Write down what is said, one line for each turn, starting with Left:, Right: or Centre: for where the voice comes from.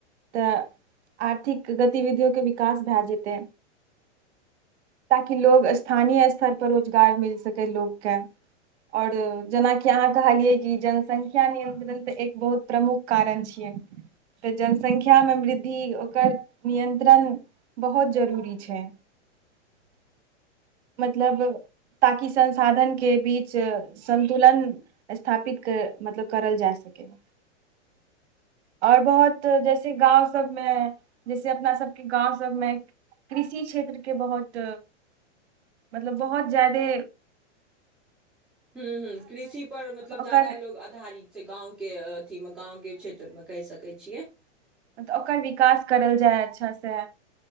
Right: तऽ आर्थिक गतिविधिओके विकास भए जेतै ताकि लोग स्थानीय स्तर पर रोजगार मिल सकै लोकके आओर जेनाकि कि अहाँ कहलियै कि जनसंख्या नियन्त्रण तऽ एक बहुत प्रमुख कारण छियै तऽ जनसंख्यामे वृद्धि ओकर नियन्त्रण बहुत जरूरी छै
Centre: <unintelligible>
Right: मतलब ताकि संसाधन के बीच संतुलन स्थापित कर मतलब करल जा सकैए
Centre: <unintelligible>
Right: आओर बहुत जैसे गाँव सबमे जैसे अपना सबके गाँव सबमे कृषि क्षेत्रके बहुत मतलब बहुत जादे
Centre: हूं हूं कृषि पर मतलब
Right: ओकर
Centre: जादा लोग आधारित छै गाँवके अथीमे गाँवके क्षेत्रमे कहि सकै छियै
Right: तऽ ओकर विकास करल जाय अच्छा से